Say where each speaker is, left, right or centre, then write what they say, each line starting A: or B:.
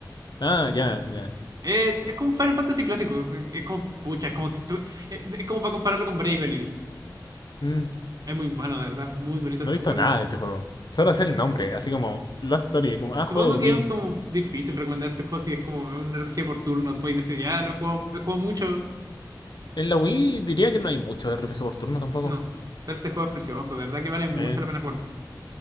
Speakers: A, on the left (about 70°); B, on the right (about 55°).
A: Ah, ya, ya.
B: Eh, es como un Final Fantasy clásico, es como... Pucha, es como si tú... eh, Es como para compararlo con Bravely.
A: Mm,
B: Es muy bueno, de verdad, es muy bonito
A: No
B: este
A: he visto
B: juego.
A: nada de este juego. Solo sé el nombre, así como Lost Story, como, ah,
B: Supongo
A: juego de
B: que
A: Wii.
B: es como difícil recomendar este juego si es como un RPG por turno. Podéis decir, ya lo he jugado, he jugado mucho.
A: En la Wii diría que no hay mucho RPG por turno tampoco.
B: No, pero este juego es precioso, de verdad que vale mucho
A: Eh,
B: la pena jugarlo.